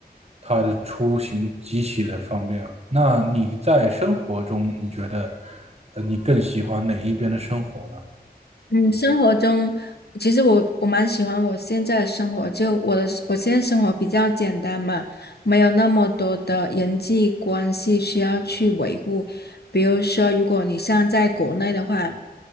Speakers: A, on the right; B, on the left.
A: 它的出行极其的方便。那你在生活中，你觉得呃你更喜欢哪一边的生活呢？
B: 嗯，生活中其实我我蛮喜欢我现在的生活，就我的我现在生活比较简单嘛，没有那么多的人际关系需要去维护。比如说，如果你像在国内的话，